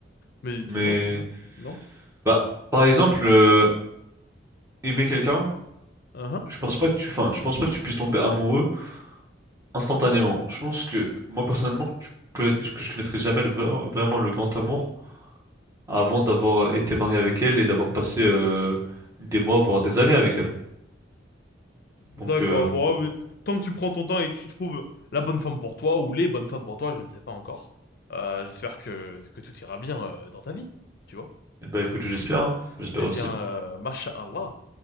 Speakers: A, on the left (about 55°); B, on the right (about 15°).
A: Mais dis-moi,
B: Mais
A: dis-moi. Non?
B: bah, par exemple, euh, aimer quelqu'un,
A: Uhum.
B: je pense pas que tu, enfin, je pense pas que tu puisses tomber amoureux. Instantanément. Je pense que moi personnellement, je connais- que je connaîtrais jamais le vrai- vraiment le grand amour avant d'avoir été marié avec elle et d'avoir passé euh, des mois, voire des années avec elle.
A: D'accord.
B: Donc, euh,
A: Bon,
B: donc,
A: ah oui. tant que tu prends ton temps et que tu trouves la bonne femme pour toi ou les bonnes femmes pour toi, je ne sais pas encore. euh, j'espère que, que tout ira bien euh, dans ta vie, tu vois.
B: eh ben, écoute, je l'espère, hein. J'espère
A: Eh
B: aussi.
A: bien, euh, Masha Allah.